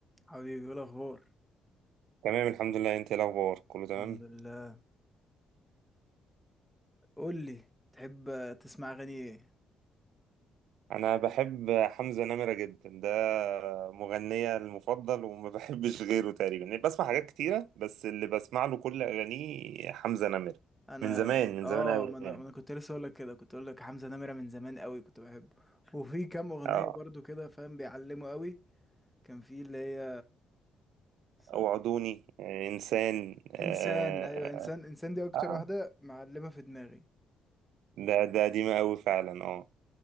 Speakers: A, in the centre; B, on the right.
A: حبيبي ايه الاخبار
B: تمام الحمد لله انت ايه الاخبار كله تمام
A: الحمد لله قول لي تحب تسمع اغاني ايه
B: انا بحب حمزة نمرة جدا ده مغنية المفضل وما <laughs> بحبش غيره تقريبا يعني بسمع حاجات كتيرة بس اللي بسمع له كل اغانيه حمزة نمرة
A: انا
B: من زمان من
A: اه
B: زمان قوي
A: ما انا
B: يعني
A: ما انا كنت لسه اقول لك كده كنت اقول لك حمزة نمرة من زمان قوي كنت بحبه وفي كام اغنية
B: اه
A: برضو كده فاهم بيعلموا قوي كان في اللي هي س-
B: وعدوني آه، انسان
A: انسان
B: اه
A: ايوه انسان انسان دي اكتر
B: آه،
A: واحدة معلمة في دماغي
B: ده ده قديمة قوي فعلا اه